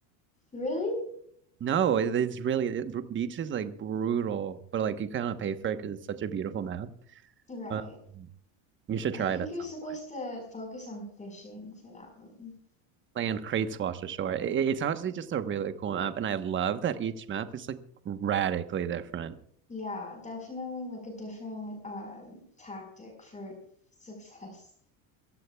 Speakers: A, on the left (about 15°); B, on the right (about 30°).
A: Really?
B: No, it, it's really it, beach is like brutal, but like you kind of pay for it because it's such a beautiful map.
A: Right.
B: Uh, you should
A: I
B: try
A: think
B: it at
A: you're
B: some
A: supposed
B: point.
A: to focus on fishing for that one.
B: Land Crates Wash Ashore. I- It's honestly just a really cool map, and I love that each map is like radically different.
A: Yeah, definitely like a different um tactic for <laughs> success.